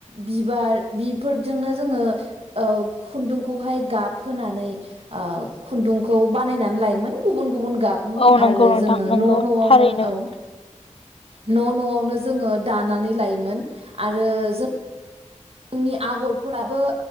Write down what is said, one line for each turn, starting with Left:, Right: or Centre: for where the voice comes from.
Right: बिबार बिफोरजोंनो जोङो ओ खुन्दुंखौहाय गाबहोनानै ओ खुन्दुंखौ बानायनानै लायोमोन गुबुन गुबुन गाबनि
Left: औ
Right: आरो
Left: नंगौ नोंथां
Right: जोङो न'
Left: नंगौ
Right: न'आवनो
Left: थारैनो
Right: औ न' न'आवनो जोङो दानानै लायोमोन आरो जों जोंनि आगरफोराबो